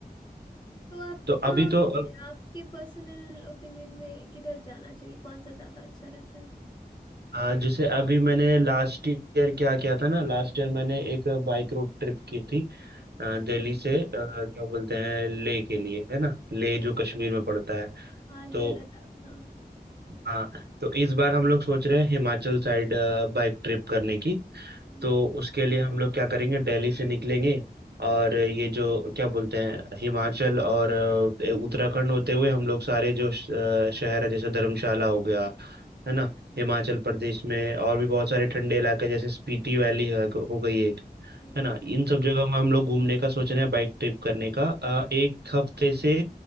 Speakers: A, on the left; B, on the right.
A: तो आप
B: तो
A: कहाँ
B: अभी तो
A: घूमे
B: अब
A: आपके पर्सनल ओपिनियन में किधर जाना चाहिए कौन सा ज़्यादा अच्छा रहता है
B: हाँ, जैसे अभी मैंने लास्ट ईयर क्या किया था ना लास्ट ईयर मैंने एक बाइक रोड ट्रिप की थी अ,
A: अच्छा
B: दिल्ली से अ, क्या बोलते हैं लेह के लिए है ना लेह जो कश्मीर में पड़ता है
A: हाँ लेह
B: तो
A: लद्दाख हाँ
B: हाँ तो इस बार हम लोग सोच रहे हैं हिमाचल साइड बाइक ट्रिप करने की
A: हम्म,
B: तो उसके लिए हम लोग क्या करेंगे दिल्ली से निकलेंगे और ये जो क्या बोलते हैं हिमाचल और अ, उत्तराखंड होते हुए हम लोग सारे जो श- अ, शहर है जैसे धर्मशाला हो गया है ना हिमाचल प्रदेश में और भी बहुत सारे ठंडे इलाके जैसे स्पीति वैली है हो गई एक
A: जी
B: है ना इन सब जगह में हम लोग घूमने का सोच रहे हैं बाइक ट्रिप करने का अ, एक हफ्ते से